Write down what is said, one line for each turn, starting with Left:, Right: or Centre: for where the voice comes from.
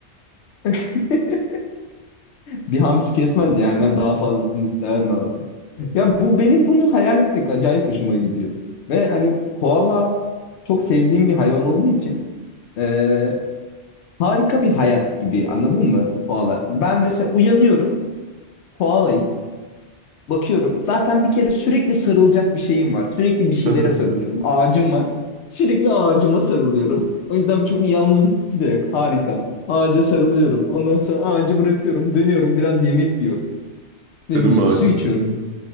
Left: <laughs> Bir hamsi kesmez ya hemen daha fazlasını istemen lazım. Ya bu benim bunu hayal etmek acayip hoşuma gidiyor. Ve hani koala çok sevdiğim bir hayvan olduğu için e, harika bir hayat gibi anladın mı koala? Ben mesela uyanıyorum koalayım bakıyorum zaten bir kere sürekli sarılacak bir şeyim var. Sürekli bir şeylere
Right: <laughs>
Left: sarılıyorum ağacım var. Sürekli ağacıma sarılıyorum. O yüzden çok bir yalnızlık hissi de yok harika. Ağaca sarılıyorum. Ondan sonra ağacı bırakıyorum, dönüyorum, biraz yemek yiyorum. Ne
Right: Canım
Left: bileyim
Right: ağacım.
Left: su içiyorum.